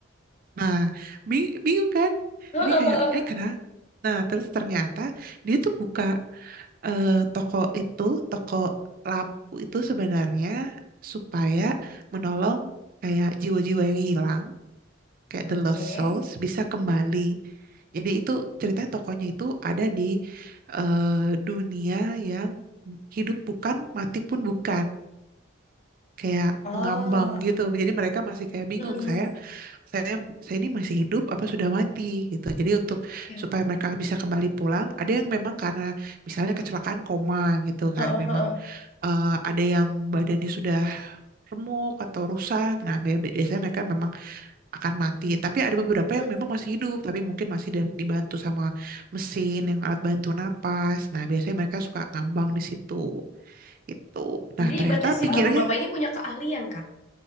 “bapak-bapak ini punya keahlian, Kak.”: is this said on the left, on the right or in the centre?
Left